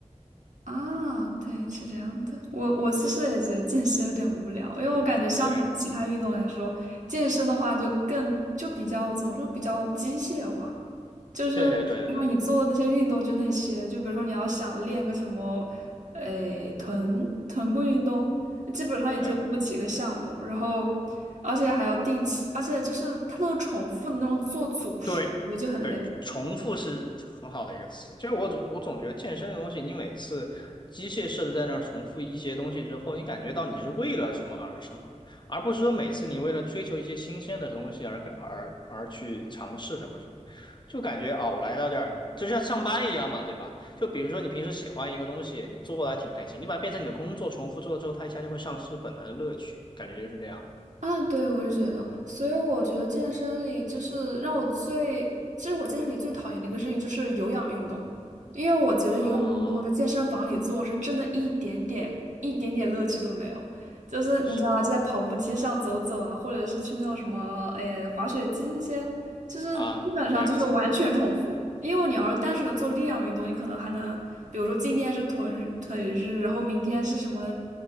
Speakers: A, on the right (about 80°); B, on the left (about 40°).
A: 啊，对，是这样的。我我其实也觉得健身有点无聊，因为我感觉相比起其他运动来说，
B: 对
A: 健身的话就更就比较怎么说，比较机械化，就是让你做那些运动就那些，
B: 对对对对
A: 就比如说你要想练个什么，诶，臀臀部运动，基本上也就那么几个项目，
B: 对。
A: 然后而且还要定期，而且就是它都是重复的那种做组数，
B: 对对，
A: 我就很累。
B: 重复是很好的一个词。其实我总我总觉得健身这个东西，你每次机械式的在那儿重复一些东西之后，你感觉到你是为了什么而什么，而不是说每次你为了追求一些新鲜的东西而而而去尝试什么什么，就感觉啊，我来到这儿就像上班一样嘛，对吧？就比如说你平时喜欢一个东西，你做的还挺开心，你把它变成你的工作，重复做了之后，它一下就会丧失本来的乐趣，感觉就是这样
A: 啊，对，我是觉得，所以我觉得健身里就是让我最，其实我健身里最讨厌的一个事情就是有氧运动，因为我觉得有氧运动在健身房里做是真的一点点、
B: 啊，
A: 一点点乐趣都没有，就是你知道吗？
B: 是。
A: 就在跑步机上走走啊，或者是去那种什么，诶、滑雪机那些，就是基本上就是完全重复。
B: 啊。对，
A: 因为你要是单纯的做力量运动，你可能还能，比如说今天是臀腿日，然后明天是什么